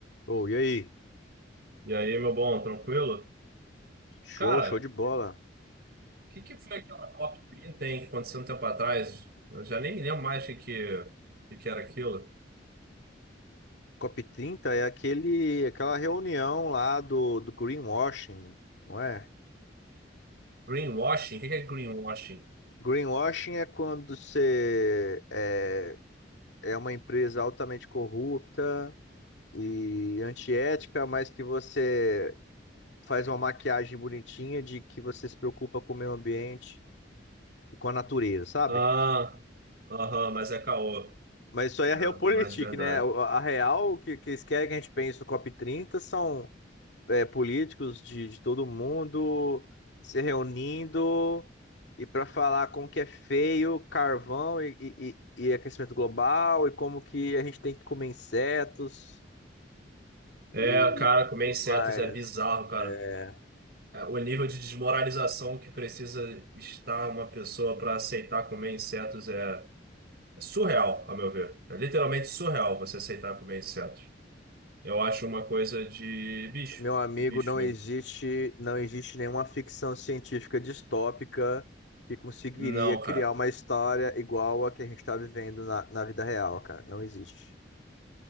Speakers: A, on the left; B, on the right.
A: Ô, e aí?
B: E aí, meu bom, tranquilo?
A: Show,
B: Cara,
A: show de
B: o
A: bola.
B: que que foi aquela COP30, hein, que aconteceu um tempo atrás? Eu já nem me lembro mais o que, que, o que que era aquilo.
A: COP 30 é aquele, aquela reunião lá do, do greenwashing, não é?
B: Greenwashing? O que que é greenwashing?
A: Greenwashing é quando você é, é uma empresa altamente corrupta e antiética, mas que você faz uma maquiagem bonitinha de que você se preocupa com o meio ambiente e com a natureza, sabe?
B: Ah, aham, mas é caô,
A: Mas isso aí
B: né?
A: é a realpolitik,
B: Não é de verdade.
A: <laughs> né? O- A real o que, que eles querem que a gente pense no COP 30 são é, políticos de, de todo mundo se reunindo e para falar como que é feio carvão e, e, e- e aquecimento global e como que a gente tem que comer insetos
B: É,
A: e
B: cara, comer
A: tudo
B: insetos
A: mais.
B: é bizarro, cara.
A: É,
B: É, o nível de desmoralização que precisa estar uma pessoa para aceitar comer insetos é é surreal, a meu ver. É literalmente surreal você aceitar comer insetos. Eu acho uma coisa de bicho,
A: meu amigo,
B: de bicho
A: não
B: mesmo.
A: existe, não existe nenhuma ficção científica distópica que conseguiria
B: Não,
A: criar
B: cara.
A: uma história igual a que a gente está vivendo na, na vida real, cara. Não existe.